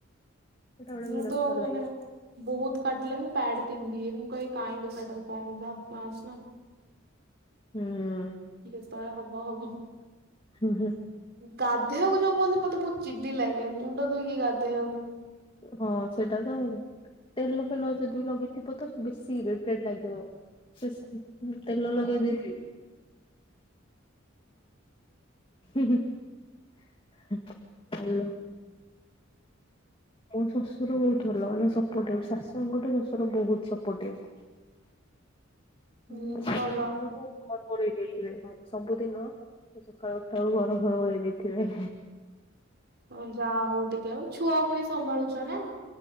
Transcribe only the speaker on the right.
ମୁଁ
ତ ମାନେ
ବହୁତ କାଟିଲେ ମୁଁ ପ୍ୟାଡ ପିନ୍ଧିଦିଏ ମୁଁ କହେ କାଇଁ ବେକାରଟାରେ କଣ ହବ ପାସ୍ ନା।
ଯେତେବଳେ ହବ ହବ।
ଗାଧେଇବାକୁ ଯୋଉ କୁହନ୍ତି ମୋତେ ବହୁତ ଚିଡି ଲାଗେ ମୁଣ୍ଡ ଧୋଇକି ଗାଧେଇବାକୁ।
ହୁଁ
ଭଲ
ହଁ ଯାହା ହଉ ଟିକେ ଆଉ ଛୁଆ ପୁଣି ସମ୍ଭାଳୁଛ ନା।